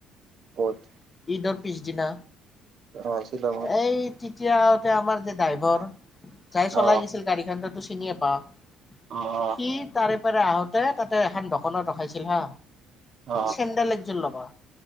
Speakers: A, on the right; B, on the left.
A: <unintelligible>
B: ঈদৰ পিছদিনা
A: অ', শ্বিলঙত।
B: এই তেতিয়া তে আমাৰ যে ড্ৰাইভৰ যাই
A: অ',
B: চলাই গেছিল গাড়ীখান, তাতো চিনিয়ে পাৱ
A: অ',
B: সি তাৰে পাৰে আহোত তে তাতে এখন দোকনত ৰখাইছিল হা।
A: অ',
B: চেণ্ডেল এজোৰ লবা